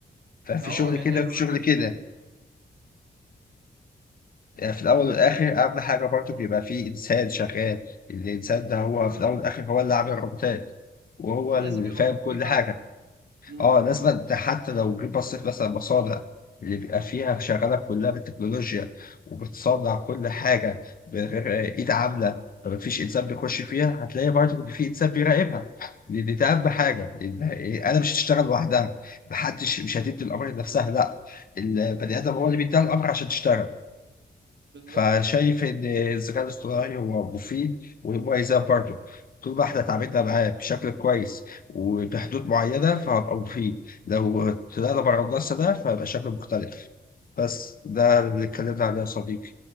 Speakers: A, on the left; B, on the right.
A: ففي
B: اه
A: شغل
B: لأن
A: كده
B: هي مهما
A: في شغل كده
B: كان
A: يعني في الأول والآخر أهم حاجة برضه بيبقى في إنسان شغال الإنسان ده هو في الأول والآخر هو اللي عامل الروبوتات وهو اللي
B: لازم يبقى
A: فاهم
B: رقيب
A: كل حاجة
B: عليه مم.
A: اه لازم أنت حتى لو جيت بصيت مثلا مصانع اللي بيبقى فيها شغاله كلها بالتكنولوجيا وبتصنع كل حاجه بغير ايد عامله فما فيش انسان بيخش فيها هتلاقي برضه ان في انسان بيراقبها لان ده اهم حاجه إن انا مش هتشتغل لوحدها محدش مش هتدي الامر لنفسها لا البني ادم هو اللي بيديها الامر عشان تشتغل
B: بالظبط
A: فشايف ان الذكاء الاصطناعي هو مفيد ومميزات برضه طول ما احنا اتعاملنا معاه بشكل كويس وبحدود معينه فهبقى مفيد لو طلعنا بره النص ده فهيبقى شكل مختلف بس ده اللي اتكلمنا عليه يا صديقي